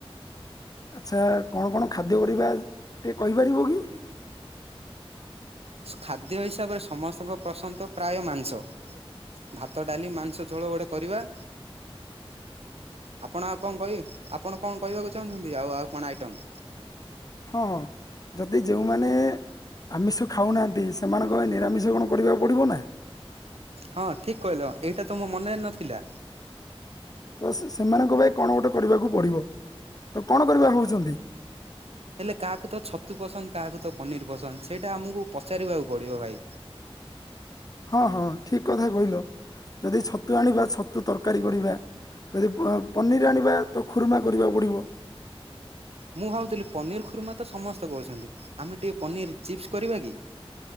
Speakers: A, on the left; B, on the right.
A: ଆଚ୍ଛା କଣ କଣ ଖାଦ୍ୟ କରିବା ଟିକେ କହିପାରିବ କି?
B: ଖାଦ୍ୟ ହିସାବରେ ସମସ୍ତଙ୍କ ପସନ୍ଦ ପ୍ରାୟ ମାଂସ। ଭାତ ଡାଲି ମାଂସ ଝୋଳ ଗୋଟେ କରିବା। ଆପଣ ଆଉ କଣ କରିବେ ଆପଣ କଣ କହିବାକୁ ଚାହୁଁଛନ୍ତି ଆଉ ଆଉ କଣ ଆଇଟମ୍?
A: ହଁ ହଁ ଯଦି ଯୋଉମାନେ ଆମିଷ ଖାଉନାହାଁନ୍ତି ସେମାନଙ୍କ ପାଇଁ ନିରାମିଷ କଣ କରିବାକୁ ପଡ଼ିବ ନା?
B: ହଁ ଠିକ କହିଲ ଏଇଟା ତ ମୋ ମନେ ରେ ନଥିଲା।
A: ତ ସେ-ସେମାନଙ୍କ ପାଇଁ କଣ ଗୋଟେ କରିବାକୁ ପଡିବ। ତ କଣ କରିବା ଭାବୁଛନ୍ତି
B: ହେଲେ କାହାକୁ ତ ଛତୁ ପସନ୍ଦ। କାହାକୁ ତ ପନିର ପସନ୍ଦ ସେଇଟା ଆମକୁ ପଚାରିବାକୁ ପଡିବ ଭାଇ?
A: ହଁ ହଁ ଠିକ କଥା କହିଲ ଯଦି ଛତୁ ଆଣିବା ଛତୁ ତରକାରୀ କରିବା। ଯଦି ପା-ପନିର ଆଣିବା ତ ଖୁର୍ମା କରିବାକୁ ପଡିବ।
B: ମୁଁ ଭାବୁଥିଲି ପନିର ଖୁର୍ମା ତ ସମସ୍ତେ କରୁଚନ୍ତି। ଆମେ ଟିକେ ପନିର ଚିପ୍ସ କରିବା କି?